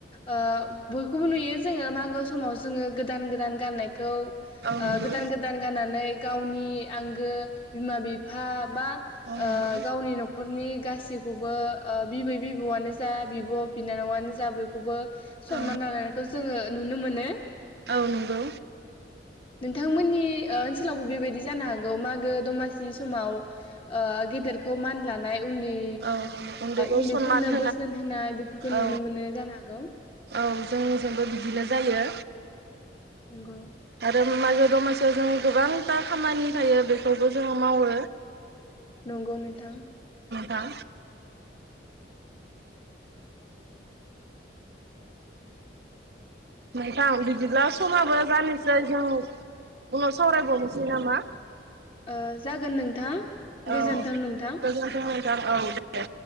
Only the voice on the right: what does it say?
औ
नंगौ
औ
नंगौ
औ
औ नंगौ
औ उन्दैखौ
सनमान
औ
औ जोंनिजोंबो बिदिनो जायो
आरो मा दमासियाव जों गोबांथा खामानि थायो बेखौबो जोङो मावो
हा नोंथां बिदिब्ला समाबो जानोसै जों उनाव सावरायबावनोसै नामा
औ
गोजोनथों औ दे